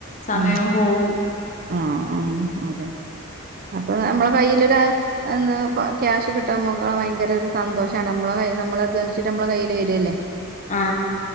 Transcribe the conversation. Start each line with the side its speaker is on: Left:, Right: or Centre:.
Left: സമയം
Right: ഉം
Left: പോകും
Right: ആ ആഹ് അതെ അപ്പൊ നമ്മളെ കയ്യിലൊരു- അന്ന് ക്യാഷ് കിട്ടാൻ പോകുമ്പോ ഭയങ്കരം ഒരു സന്തോഷമാണ് നമ്മളെ നമ്മൾ അധ്വനിച്ചിട്ട് നമ്മളെ കയ്യില് വരല്ലേ
Left: ആ